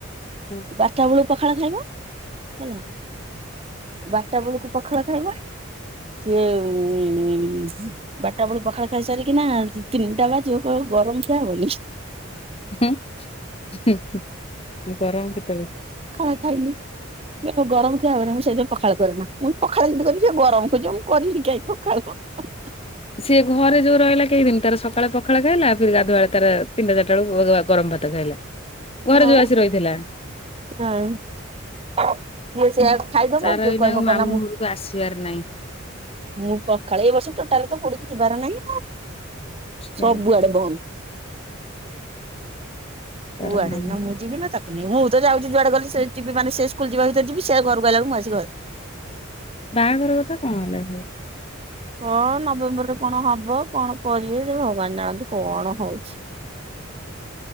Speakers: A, on the left; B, on the right.
A: ହୁଁ।
B: ବାରଟା ପଖାଳ ଖାଇବ ହେଲା ବାରଟା ବେଳକୁ ପଖାଳ ଖାଇବ ସିଏ ଉଁ ବାରଟା ବେଳୁ ପଖାଳ ଖାଇ ସାରିକିନା ତିନିଟା ବାଜିବ କହିବ ଗରମ ଖିଆ ହବ ନି।
A: ହୁଁ ହୁଁ ହୁଁ ଗରମ କେତେବେଳେ?
B: ଖାଇଲୁ। ଗରମ ଖିଆ ହବ ନା ମୁଁ ସେଇଥି ପାଇଁ ପଖାଳ କରେ ନା ମୁଁ ପଖାଳ ଯିମିତି କରିବି ସେ ଗରମ ଖୋଜବ ମୁଁ କରିବି କାହିଁ ପଖାଳ। <unintelligible>
A: ସିଏ ଘରେ ଯୋଉ ରହିଲା କେଇ ଦିନ ତାର ସକାଳେ ପଖାଳ ଖାଇଲା ଫେର ଗାଧୁଆଳେ ତାର ତିନିଟା ଚାରିଟା ବେଳୁକୁ ଗରମ ଭାତ ଖାଇଲା। ଘରେ
B: ହଁ
A: ଯୋଉ ଆସି ରହିଥିଲା
B: ହଁ। ସେଆ ଖାଇଦବ
A: ତାର
B: ଆଉ ସେ
A: ଏଇନା
B: କହିବ
A: ମାମୁଁ
B: କନା ମୁ
A: ଘରକୁ ଆସିବାର ନାହିଁ।
B: ମୁଁ ପଖାଳେଇ ବସ ଟୋଟାଲ କୋଠେ କି ଯିବାର ନାହିଁ ଆ
A: ସେ
B: ସବୁଆଡେ ବନ୍ଦ୍।
A: ତାର
B: କୁଆଡେ
A: ମାମୁଁ
B: ନା ମୁଁ ଯିବି ନା ତାକୁ ମୁଁ ହ ତତ ଯାଉଛି ଯୁଆଡେ ଗଲେ ସେ ଯିବି ମାନେ ସେ ସ୍କୁଲ ଯିବା ଭିତରେ ଯିବି ସେ ଘରକୁ ଆଲାକୁ ମୁଁ ଆସି ଘରେ।
A: ବାହାଘର କଥା କଣ ହେଲା?
B: ହଁ ନଭେମ୍ବରରେ କଣ ହବ କଣ କରିବେ ଯେ ଭଗବାନ ଜାଣନ୍ତି କଣ ହଉଛି।